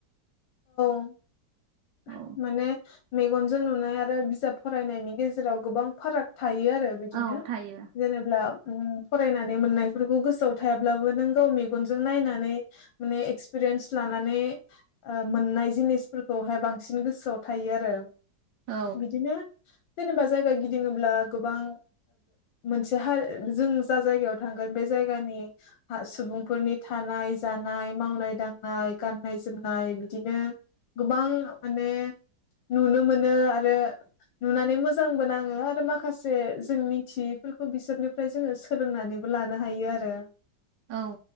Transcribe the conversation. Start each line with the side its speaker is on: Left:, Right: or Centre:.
Left: <inaudible> माने
Right: औ
Left: मेगनजों नुनाय आरो बिजाब फरायनायनि गेजेराव गोबां फाराग थायो आरो बिदिनो
Right: औ थायो
Left: जेनेब्ला। ओ फरायनानै मोननायफोरखौ गोसोआव थायाब्लाबो नों गाव मेगनजों नायनानै माने एक्सपिरियेन्स लानानै मोननाय जिनिसफोरखौहाय बांसिन गोसोआव थायो आरो।
Right: औ
Left: बिदिनो जेनेबा जायगा गिदिङोब्ला गोबां मोनसे हा जों जा जायगायाव थांगोन बे जायगानि सुबुंफोरनि थानाय जानाय मावनाय दांनाय गाननाय जोमनाय नाय बिदिनो गोबां माने नुनो मोनो आरो नुनानै मोजांबो नाङो आरो माखासे जों मिथियैफोरखौ बिसोरनिफ्राय जोंङो सोलोंनानैबो लानो हायो आरो
Right: औ